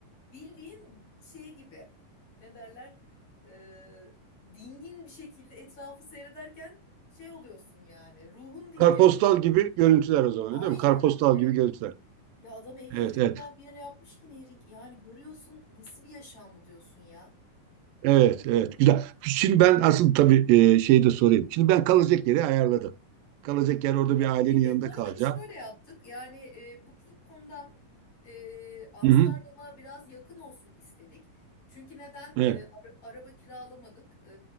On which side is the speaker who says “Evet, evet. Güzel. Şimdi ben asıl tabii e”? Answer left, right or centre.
Right